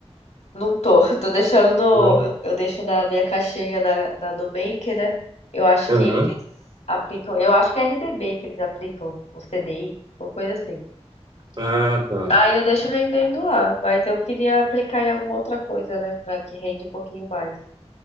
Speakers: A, on the left; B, on the right.
A: não tô, <laughs> tô deixando no,
B: Não.
A: eu deixo na minha caixinha na, na Nubank, né? Eu acho
B: Aham.
A: que eles aplicam, eu acho que é RDB que eles aplicam, o CDI, uma coisa assim.
B: Ah, tá.
A: Aí eu deixo rendendo lá, mas eu queria aplicar em alguma outra coisa, né? Pra que rende um pouquinho mais.